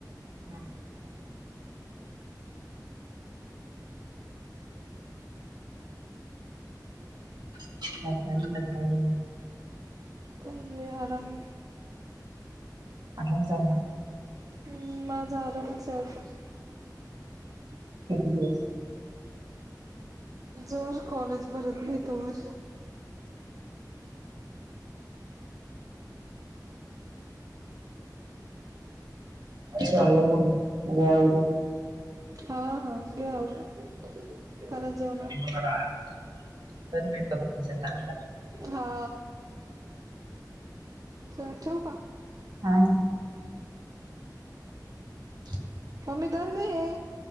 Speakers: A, on the right (about 75°); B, on the right (about 50°).
A: हा <inaudible>
B: काही नाही बाई आराम
A: आराम चालाय
B: हम्म माझा आरामच हाय अजून
A: किती दिवस
B: जोवर कॉलेज भरत नाही तोवर
A: चालेल मग घे आवरून
B: हा हा घे आवरून खर जेवणार
A: कर मेकअप तिचा चांगला
B: हा चल ठेवू का
A: हा-हा <inaudible>
B: मम्मी धर गं हे